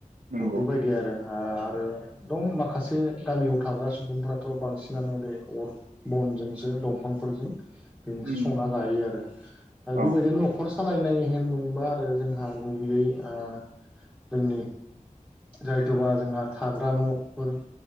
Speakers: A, on the right; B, in the centre.
A: नंगौ
B: थ' बेबायदि आरो ओ आरो दं माखासे गामियाव थाग्रा सुबुंफ्राथ' बांसिनानो बे अर बनजोंसो दंफांफोरजों बेजोंसो
A: उम
B: संना जायो आरो। आरो
A: औ
B: बेबायदिनो न'खर सालायनाय होनबा आरो जोंहा गुबैयै आ जोंनि जायथ'बा जोंहा थाग्रा न'फोर